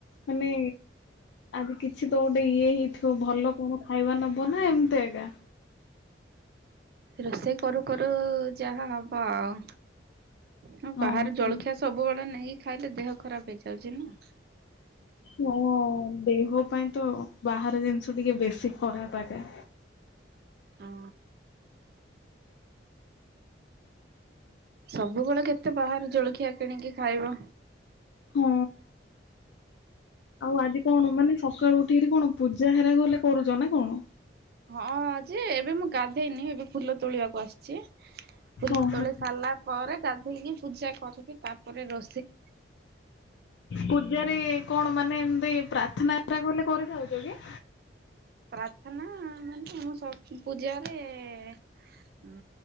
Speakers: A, on the left (about 70°); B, on the right (about 55°).
A: ମାନେ ଆଜି କିଛି ତ ଗୋଟେ ଇଏ ହେଇଥିବ ଭଲ କଣ ଖାଇବା ନବ ନା ଏମିତି ଆକା।
B: ରୋଷେଇ କରୁ କରୁ ଯାହା ହବ ଆଉ। ହଁ ବାହାରେ
A: ଓହୋ।
B: ଜଳଖିଆ ସବୁବେଳେ ନେଇ ଖାଇଲେ ଦେହ ଖରାପ ହେଇଯାଉଚି ନା।
A: ହଁ ଦେହ ପାଇଁ ତ ବାହାରେ ଜିନିଷ ଟିକେ ବେଶୀ ଖରାପ ଆକା।
B: ହଁ। ସବୁବେଳେ କେତେ ବାହାରେ ଜଳଖିଆ କିଣିକି ଖାଇବ।
A: ହଁ ଆଉ ଆଜି କଣ ମାନେ ସକାଳୁ ଉଠିକିରି କଣ ପୂଜା ହେରାଲେ କରୁଛ ନା କଣ।
B: ହଁ ଯେ ଏବେ ମୁଁ ଗାଧେଇନି ଏବେ ଫୁଲ ତୋଳିବାକୁ ଆସିଚ ଚି। ଫୁଲ
A: ଓହୋ
B: ତୋଳି ସାରିଲା ପରେ ଗା ଧେଇକି ପୂଜା କରିକି ତାପରେ ରୋଷେଇ
A: ପୂଜାରେ କଣ ମାନେ ପ୍ରାର୍ଥନା କଲେ କରେ ଖାଉଚ କି?
B: ପ୍ରାର୍ଥନା ମାନେ ଆମ ପୂଜାରେ ଏ